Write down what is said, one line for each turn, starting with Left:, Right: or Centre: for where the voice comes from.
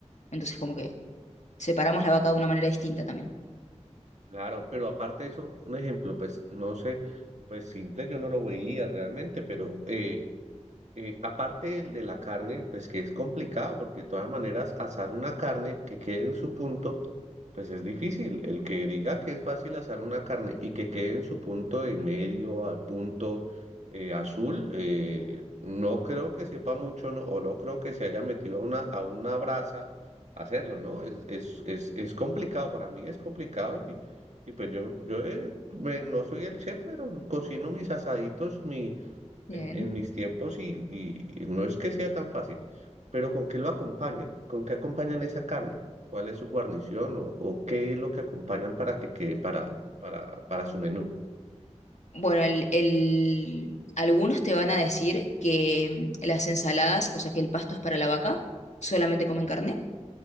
Left: Entonces, como que separamos la vaca de una manera distinta también.
Right: claro, pero aparte de eso, un ejemplo, pues no sé, pues simple yo no lo veía realmente, pero eh, Eh, aparte del de la carne, pues que es complicado, porque de todas maneras asar una carne que quede en su punto, pues es difícil. El que diga que es fácil asar una carne y que quede en su punto de medio al punto eh, azul, eh, no creo que sepa mucho, no, o no creo que se haya metido a una, a una brasa a hacerlo, ¿no? Es, es, es, es complicado, para mí es complicado y, y pues yo, yo eh, me- no soy el chef, pero cocino mis asaditos, mi en,
Left: Bien.
Right: en mis tiempos y, y- y no es que sea tan fácil, pero ¿con qué lo acompañan? ¿Con qué acompañan esa carne? ¿Cuál es su guarnición o, o qué es lo que acompañan para que quede para, para, para su menú?
Left: Bueno, el, el- algunos te van a decir que mm, las ensaladas, o sea, que el pasto es para la vaca, solamente comen carne.